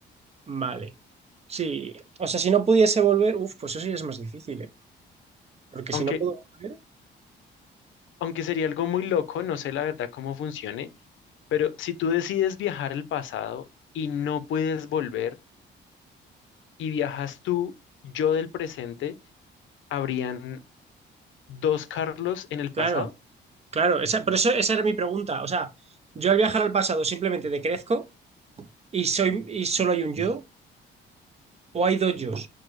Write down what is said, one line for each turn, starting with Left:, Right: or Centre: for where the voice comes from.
Right: Vale. Sí, o sea, si no pudiese volver, uff, pues eso sí es más difícil, ¿eh? Porque
Left: Aunque,
Right: si no puedo volver,
Left: aunque sería algo muy loco, no sé la verdad cómo funcione, pero si tú decides viajar al pasado y no puedes volver y viajas tú, yo del presente, ¿habrían dos Carlos en el
Right: claro,
Left: pasado?
Right: claro, esa, por eso esa era mi pregunta. O sea, yo al viajar al pasado simplemente decrezco y soy y solo hay un yo, o hay dos yos?